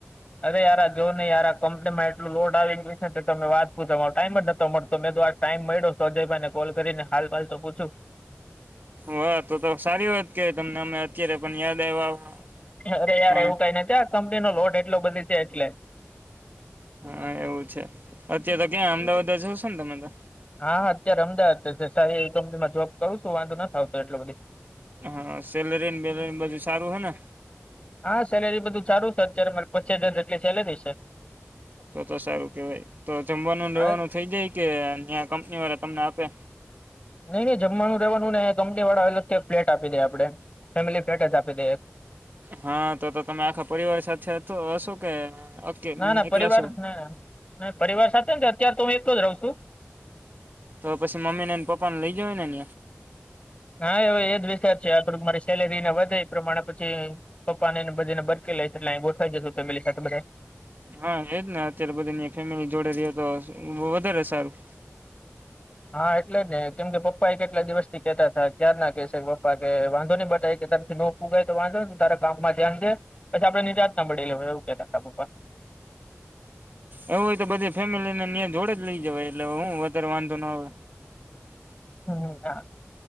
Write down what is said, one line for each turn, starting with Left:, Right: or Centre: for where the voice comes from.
Left: અરે યાર જોવ નહી યાર કંપની માં એટલું લોડ આવી ગયું છે તો તમે વાત પૂછો મારું ટાઈમ જ નતો મળતો મે તો આ ટાઈમ મળ્યો તો અજયભાઈને કોલ કરીને હાલ પાલ તો પૂછું
Right: વા તો તો સારી વાત કેય તમને અમે અત્યારે પણ યાદ આવ્યા.
Left: અરે યાર
Right: ટાણે
Left: એવું કઈ નથી આ કંપની નો લોડ એટલો બધી છે એટલે
Right: હા એવું છે. અત્યારે તો ક્યાં અમદાવાદ જ છો ને તમે તો
Left: હા હા અત્યારે અમદાવાદ સારી એવી કંપનીમાં જોબ કરું છું વાંધો નથ આવતો એટલ બધી.
Right: હા સેલરી બેલરી બધું સારું હ ને
Left: હા સેલેરી બધું સારું છે અત્યારે માર પચીસ હજાર જેટલી ચાલેલી છે.
Right: તો તો સારું કેવાય તો જમવાનું લેવાનું
Left: હા
Right: થઇ જાય કે અં કંપની વાળા તમને આપે.
Left: નઈ નઈ જમવાનું રહેવાનું નને કંપની વાળા અલગથી ફ્લેટ આપી દે આપડે. ફેમિલી પ્લેટ જ આપી દે એક.
Right: હા તો તો તમે આખા પરિવાર સાથે હશો કે ઓકે
Left: ના ના
Right: એકલા
Left: પરિવાર
Right: છો
Left: ના પરિવાર સાથે અત્યારે તો હું એકલો જ રહ છું.
Right: તો પછી મમ્મી ને એને પપ્પા ને લઈ જ ને અહં
Left: હા હવે એજ વિચાર છે આ થોડ મારી સેલેરીને વધે એ પ્રમાણે પછી પપ્પા ને બધીને બર એટલે ગોઠવા જાસો ફેમિલી સાથે બધા
Right: હા એજ ને અત્યારે બધ ફેમિલી જોડે રે તો વધારે સારું.
Left: હા એટલે જ ને કેમ કે પપ્પા એ કેટલા દિવસ થી કેતા હતા ક્યાર ના કેહેશે પપ્પા કે વાંધો નઈ બટ આ એક તારથી નોકું ગાય તો વાંધો તા કામમાં ધ્યાન દે પછી આપડે નિજત ના મળી લેવા એવું કેતા હતા પપા. <inaudible>
Right: એવું હોય તો બધી ફેમિલીને ન્યા જોડ જ લઈ જવા એટલે હું વધારે વાંધો ના હોય.
Left: હમ હા